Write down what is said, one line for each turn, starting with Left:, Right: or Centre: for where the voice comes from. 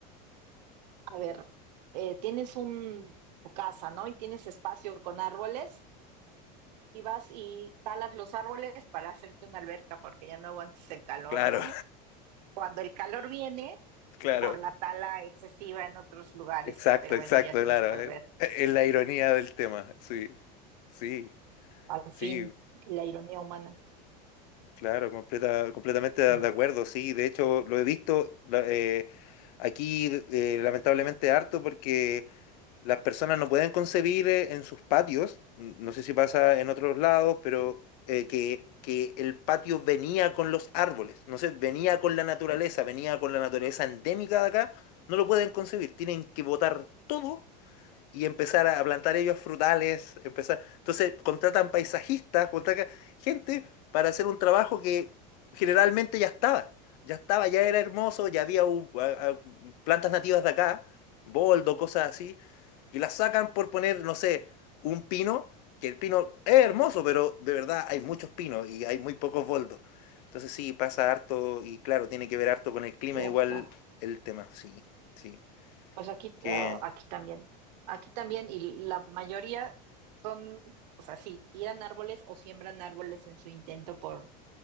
Right: a ver, eh, tienes un, tu casa, ¿no? Y tienes espacio con árboles y vas y talas los árboles para hacerte una alberca porque ya no aguantas el calor,
Left: Claro,
Right: ¿no? Cuando el calor viene
Left: <laughs> claro,
Right: por la tala excesiva en otros lugares,
Left: exacto,
Right: pero bueno,
Left: exacto,
Right: ya tienes
Left: claro.
Right: tu alberca.
Left: Es, es la ironía del tema, sí, sí,
Right: Al fin,
Left: sí.
Right: la ironía humana.
Left: Claro, completa, completamente
Right: Pero
Left: de acuerdo, sí. De hecho, lo he visto la- eh, aquí eh, lamentablemente harto porque las personas no pueden concebir eh, en sus patios, n- no sé si pasa en otros lados, pero eh, que, que el patio venía con los árboles, no sé, venía con la naturaleza, venía con la naturaleza endémica de acá, no lo pueden concebir. Tienen que botar todo y empezar a plantar ellos frutales, empezar. Entonces contratan paisajistas, contratan gente para hacer un trabajo que generalmente ya estaba. Ya estaba, ya era hermoso, ya había u- a- a- plantas nativas de acá, boldo, cosas así, y las sacan por poner, no sé, un pino, que el pino es hermoso, pero de verdad hay muchos pinos y hay muy pocos boldos. Entonces sí, pasa harto y claro, tiene que ver harto con el clima,
Right: cierto.
Left: igual el tema, sí, sí,
Right: Pues aquí,
Left: que
Right: ah, aquí también, aquí también, y la mayoría son, o sea, sí, tiran árboles o siembran árboles en su intento por